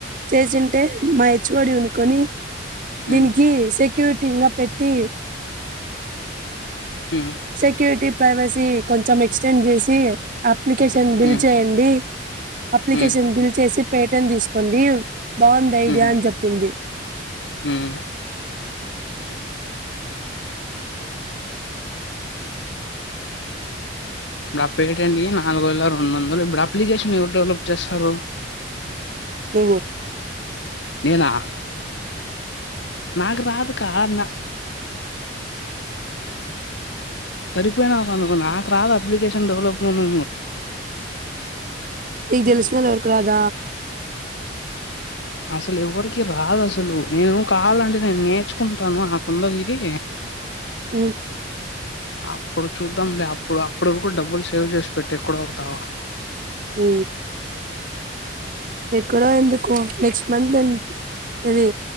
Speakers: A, on the right; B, on the left.
A: చేసింటే మా హెచ్ఓడి ఉనుకొని
B: హ్మ్.
A: దీనికి సెక్యూరిటీగా పెట్టి
B: హ్మ్.
A: సెక్యూరిటీ ప్రైవసీ కొంచెం ఎక్స్టెండ్ చేసి అప్లికేషన్ బిల్
B: హ్మ్.
A: చేయండి అప్లికేషన్
B: హ్మ్.
A: బిల్ చేసి పేటెన్ తీసుకోండి బావుంది ఐడియా
B: హ్మ్.
A: అని చెప్పింది
B: హ్మ్. ఇప్పుడు ఆ పెటంట్కి నాలుగు వేల రెండు వందలు ఇప్పుడు అప్లికేషన్ ఎవరు డెవలప్ చేస్తారు
A: పో
B: నేనా నాకు రాదు కారున్నా సరిపోయినా ఒక అనుకో నాకు రాదు అప్లికేషన్ డెవలప్ అంది
A: న తెలష్మలువకు రాద
B: అసలు ఎవ్వరికి రాదు అసలు నేను కావాలంటే నేను నేర్చుకుంటాను నా కుందకి
A: కు
B: అప్పుడు చూద్దాంలే అప్పుడు అప్పుటి వరకు డబ్బులు సేవ్ చేసి పెట్టి ఎక్కడ పోతావ
A: హ ఎక్కడో ఎందుకు నెక్స్ట్ మంత్ అది